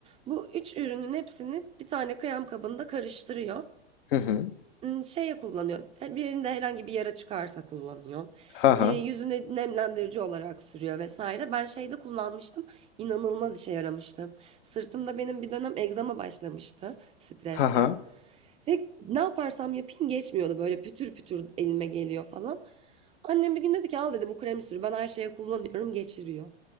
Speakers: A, on the right; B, on the left.
A: Bu üç ürünün hepsini bir tane krem kabında karıştırıyor.
B: Hı hı.
A: Imm, şeye kullanıyor, birinde herhangi bir yara çıkarsa kullanıyor.
B: Ha
A: Eee,
B: ha.
A: yüzüne nemlendirici olarak sürüyor vesaire. Ben şeyde kullanmıştım, inanılmaz işe yaramıştı. Sırtımda benim bir dönem egzama başlamıştı stresten.
B: Ha ha.
A: Ve ne yaparsam yapayım geçmiyordu, böyle pütür pütür elime geliyor falan. Annem bir gün dedi ki al dedi bu kremi sür, ben her şeye kullanıyorum geçiriyor.